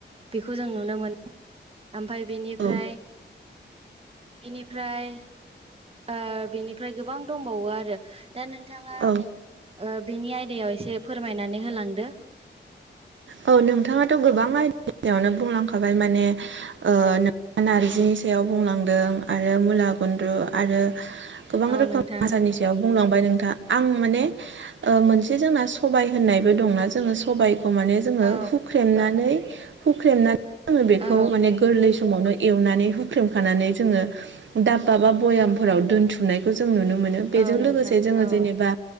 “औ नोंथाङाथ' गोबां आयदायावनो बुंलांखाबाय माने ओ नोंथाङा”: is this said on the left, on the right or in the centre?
Right